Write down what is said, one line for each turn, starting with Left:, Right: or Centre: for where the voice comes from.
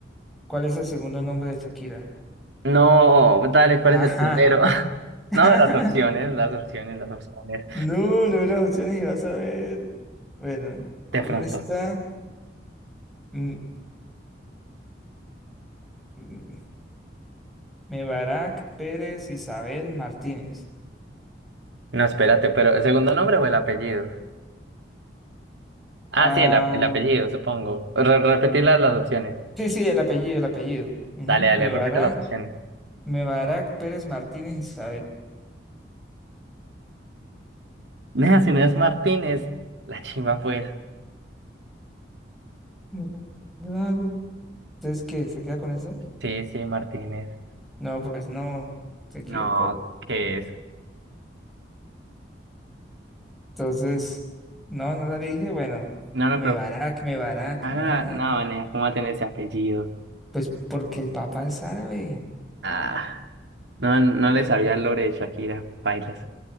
Centre: ¿Cuál es el segundo nombre de Shakira?
Right: No, dale, ¿cuál
Centre: <laughs> Ajá.
Right: es el primero? <laughs>
Centre: <laughs>
Right: No, las opciones, las opciones, las opciones.
Centre: No, leo las opciones y vas a ver. Bueno, uno
Right: De pronto.
Centre: está mm, mm, Mebarak Pérez Isabel Martínez.
Right: No, espérate, pero ¿el segundo nombre o el apellido? Ah,
Centre: Ah,
Right: sí, el, a- el apellido, supongo. Re- repetir las, las opciones.
Centre: sí, sí, el apellido, el apellido. Ujú,
Right: Dale, dale,
Centre: Mebarak,
Right: repite las opciones.
Centre: Mebarak Pérez Martínez Isabel.
Right: Nea, si no es Martínez, la chimba pues.
Centre: Mm, Lo hago. Entonces, ¿qué? ¿Se queda con eso?
Right: Sí, sí, Martínez.
Centre: No, pues no, se equivocó.
Right: No, ¿qué es?
Centre: Entonces, no, no la dije. Bueno,
Right: No, no,
Centre: Mebarak,
Right: pero.
Centre: Mebarak,
Right: Ah,
Centre: Mebarak.
Right: no, nena, ¿cómo va a tener ese apellido?
Centre: Pues porque el papá es árabe.
Right: Ah, no, no le sabía el lore de Shakira, bailas.